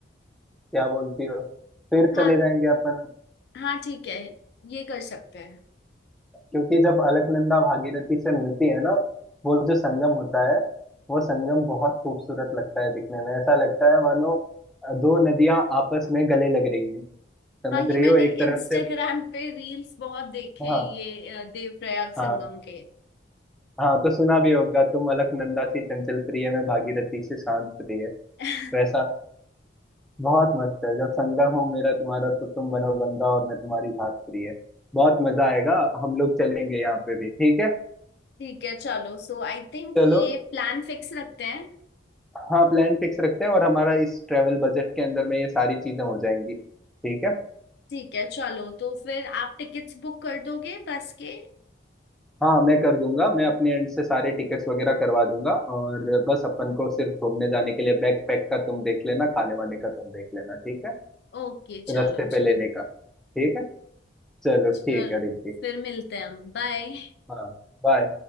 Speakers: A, in the centre; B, on the left (about 65°).
A: क्या बोलती हो फिर
B: हाँ
A: चले जाएंगे अपन
B: हाँ ठीक है ये कर सकते हैं
A: क्योंकि जब अलकनंदा भागीरथी से मिलती है ना वो जो संगम होता है वो संगम बहुत खूबसूरत लगता है दिखने में ऐसा लगता है मानो अ, दो नदियां आपस में गले लग रही हैं समझ
B: हाँ ये
A: रही
B: मैंने
A: हो एक तरफ
B: इंस्टाग्राम
A: से
B: पे रील्स बहुत देखे
A: हाँ
B: हैं ये अ, देवप्रयाग
A: हाँ
B: संगम के
A: हाँ तो सुना भी होगा तुम अलकनंदा सी चंचल प्रिय में भागीरथी से शांत प्रिय
B: <laughs>
A: वैसा बहुत मस्त है जब संगम हो मेरा तुम्हारा तो तुम बनो गंगा और मैं तुम्हारी घात प्रिय बहुत मजा आएगा हम लोग चलेंगे यहाँ पे भी ठीक है
B: ठीक है चलो सो आई थिंक
A: चलो
B: ये प्लान फिक्स रखते हैं
A: हाँ प्लान फिक्स रखते हैं और हमारा इस ट्रेवल बजट के अंदर में ये सारी चीजें हो जाएंगी ठीक है
B: ठीक है चलो तो फिर आप टिकट्स बुक कर दोगे बस के
A: हाँ मैं कर दूंगा मैं अपने एंड से सारे टिकट्स वगैरह करवा दूंगा और बस अपन को सिर्फ घूमने जाने के लिए बैग पैक का तुम देख लेना खाने वाने का तुम देख लेना ठीक है
B: ओके चलो
A: रास्ते पे
B: चलो
A: लेने का ठीक है चलो ठीक
B: चलो
A: है ऋतिक
B: फिर मिलते हैं हम बाय
A: हाँ बाय